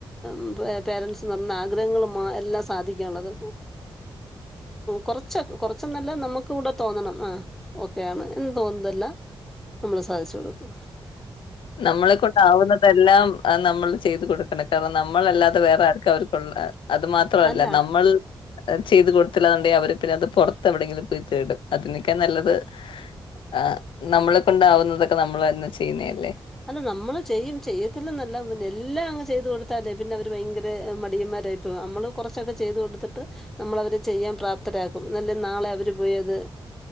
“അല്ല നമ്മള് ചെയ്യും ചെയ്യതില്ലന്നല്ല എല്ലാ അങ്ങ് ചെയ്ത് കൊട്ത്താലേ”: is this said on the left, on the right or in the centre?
Centre